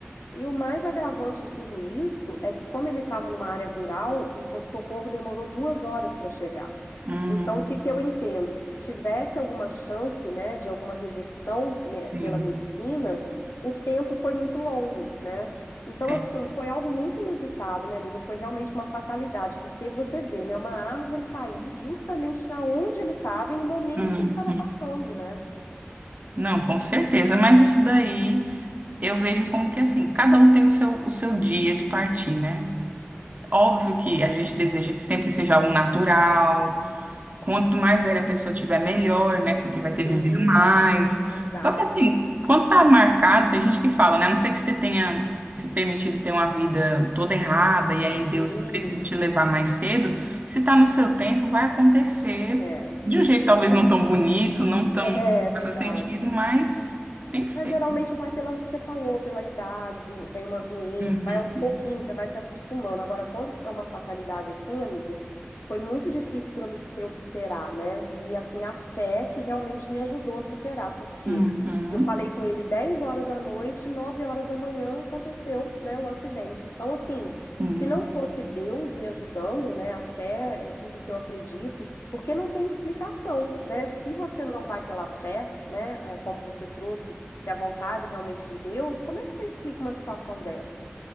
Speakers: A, on the left; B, on the right.
A: E o mais agravante de tudo isso é que, como ele estava numa área rural, o co- socorro demorou duas horas para chegar.
B: Hum,
A: Então, o que que eu entendo? Que se tivesse alguma chance, né, de alguma reversão me-
B: sim.
A: pela medicina, o tempo foi muito longo, né? Então,
B: é.
A: assim, foi algo muito inusitado, minha amiga. Foi realmente uma fatalidade, porque você vê, né, uma árvore cair justamente na onde ele estava e no momento
B: Uhum.
A: que ele estava passando, né?
B: Não, com certeza, mas isso daí. Eu vejo como que assim, cada um tem o seu, o seu dia de partir, né? Óbvio que a gente deseja que sempre seja algo natural. Quanto mais velha a pessoa tiver, melhor, né? Porque vai
A: Sim,
B: ter vivido mais.
A: exato.
B: Só que assim, quando tá marcado, tem gente que fala, né? A não ser que você tenha se permitido ter uma vida toda errada e aí Deus
A: Sim,
B: precise te levar mais cedo, se tá no seu tempo, vai acontecer
A: é.
B: de um jeito talvez
A: é.
B: não tão bonito, não tão
A: É, é verdade.
B: faça sentido, mas tem que ser.
A: Mas geralmente vai pela que você falou, pela idade, do- vem uma doença,
B: Uhum,
A: vai aos pouquinhos, você vai se acostumando. Agora, quando é uma fatalidade assim, amiga, foi muito difícil para eu, me- pra eu superar, né? E assim, a fé que realmente me ajudou a superar, porque
B: uhum.
A: eu falei com ele 10 horas da noite, 9 horas da manhã aconteceu, né, o acidente. Então, assim,
B: Sim.
A: se não fosse Deus me ajudando, né, a fé é tudo que eu acredito, porque não tem explicação, né? Se você não vai pela fé, né, é, como você trouxe que é a vontade realmente de Deus, como é que você explica uma situação dessa?